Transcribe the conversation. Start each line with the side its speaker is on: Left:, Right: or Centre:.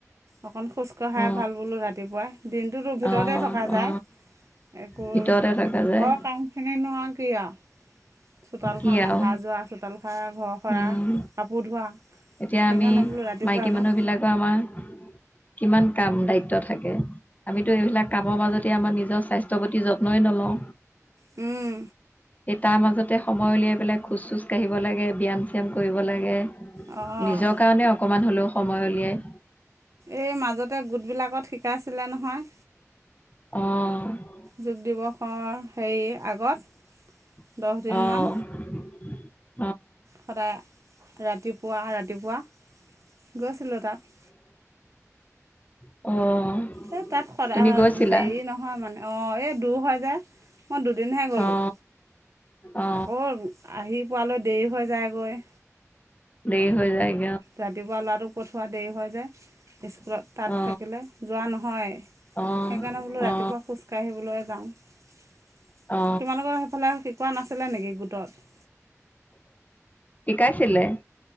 Right: অকণ খোজ কঢ়াই
Left: অ
Right: ভাল বোলো ৰাতিপুৱাই দিনটোতো ভিতৰতে
Left: অ
Right: থকা যায়
Left: অ
Right: একো
Left: ভিতৰতে থকা যায়
Right: ঘৰৰ কামখিনি নো আও কি আও চোতালখন
Left: কি আৰু
Right: অহা যোৱা, চোতাল সাৰা, ঘৰ সাৰা
Left: উম
Right: কাপোৰ ধোৱা
Left: এতিয়া
Right: সেইকাৰণে
Left: আমি
Right: বোলো ৰাতিপুৱা
Left: মাইকী
Right: অকণ
Left: মানুহ বিলাকৰ আমাৰ কিমান কাম দায়িত্ব থাকে আমিতো এইবিলাক কামৰ মাজতে আমাৰ নিজৰ স্বাস্থ্যৰ প্ৰতি যত্নই নলওঁ
Right: উম
Left: সেই তাৰ মাজতে সময় উলিয়াই পেলাই খোজ চোজ কঢ়িব লাগে ব্যায়াম চিয়াম কৰিব লাগে।
Right: অঁ
Left: নিজৰ কাৰণে অকণমান হ'লেও সময় উলিয়াই
Right: গোটেই মাজতে গোটবিলাকত শিকাইছিলে নহয়
Left: অ',
Right: যোগ দিৱসৰ হেৰি আগত
Left: অ',
Right: দহদিনমান সদায় ৰাতিপুৱা-ৰাতিপুৱা গৈছিলোঁ তাত।
Left: অ',
Right: এহ তাত সদায়
Left: তুমি গৈছিলা
Right: হেৰি নহয় মানে অ', এই দুৰ হয় যে মই দু দুদিনহে গ'লোঁ
Left: অ অ
Right: আকৌ আহি পোৱালৈ দেৰি হৈ যায়গৈ।
Left: দেৰি হৈ যায়।
Right: ৰাতিপুৱা ল'ৰাটোৰ পঠোৱা দেৰি হয় যায়। স্কুলত তাত
Left: অ
Right: থাকিলে যোৱা নহয় সেইকাৰণে
Left: অ
Right: বোলো ৰাতিপুৱা
Left: অ
Right: খোজকাাঢ়িবলৈ যাওঁ।
Left: অ
Right: তোমালোকৰ সেইফালে শিকোৱা নাছিলে নেকি গোটত
Left: শিকাইছিলে